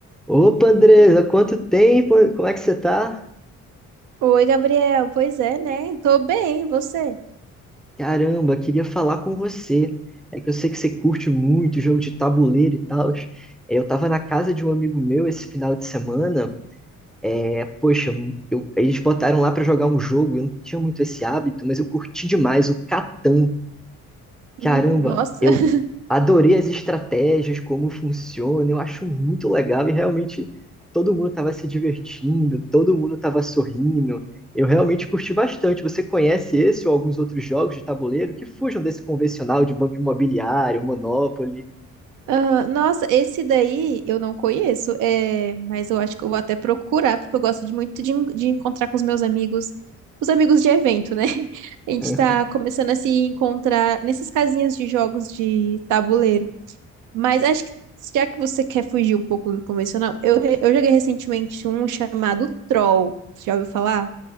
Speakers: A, in the centre; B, on the right.
A: Opa, Andresa, quanto tempo? Como é que você tá?
B: Oi, Gabriel. Pois é, né? Tô bem, e você?
A: Caramba, queria falar com você. É que eu sei que você curte muito jogo de tabuleiro e tal. É, Eu tava na casa de um amigo meu esse final de semana. É, poxa, eu- eles botaram lá pra jogar um jogo. Eu não tinha muito esse hábito, mas eu curti demais o Catan.
B: Hum,
A: Caramba,
B: nossa.
A: eu
B: <laughs>
A: adorei as estratégias, como funciona, eu acho muito legal e realmente todo mundo estava se divertindo, todo mundo estava sorrindo. Eu realmente curti bastante. Você conhece esse ou alguns outros jogos de tabuleiro que fujam desse convencional de banco imobiliário, Monopoly?
B: Ah, nossa, esse daí eu não conheço, é, mas eu acho que eu vou até procurar, porque eu gosto de muito de, de encontrar com os meus amigos, os amigos de evento, né? <laughs> A gente
A: Aham.
B: tá começando a se encontrar nessas casinhas de jogos de tabuleiro. Mas acho que já que você quer fugir um pouco do convencional, eu, eu joguei recentemente um chamado Troll. Você já ouviu falar?